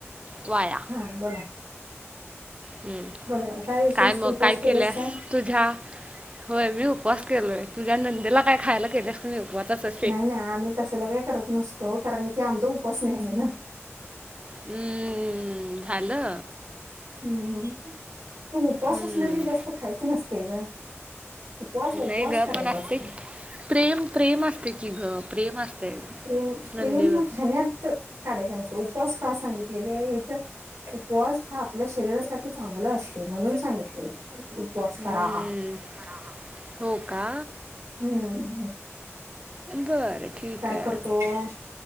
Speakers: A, on the right; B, on the right.
A: वाया.
B: हा बोला...
A: हम्म
B: बोला बोला विशेष
A: काय मग
B: तू उपवास
A: काय
B: केलेस
A: केलया
B: काय?
A: तुझ्या. होय मी उपवास केलोय तुझ्या नंदेला काय खायला केलेस. व <inaudible>
B: नाही नाही आम्ही तसला काही करत नसतो कारण की आमचा उपास नाही आहे ना.
A: हम् हॅलो...
B: हम्म त उपास
A: हम्म.
B: असणाल्यावर जास्त खायचं नसते ग. उपवास उपवास
A: नाही ग
B: करायचा
A: पण असते
B: असतो.
A: की. प्रेम प्रेम असते कि ग प्रेम असते.
B: प्रेम
A: नंदेवर
B: प्रेम खाण्यात काढायचं नसत उपवास का सांगितलेले इथं. उपवास हा आपल्या शरीरासाठी चांगला असते म्हणून सांगितलेला. उपवास
A: हम्म.
B: करा.
A: हो का
B: हम्म...
A: बरं ठीक आहे.
B: करतोबा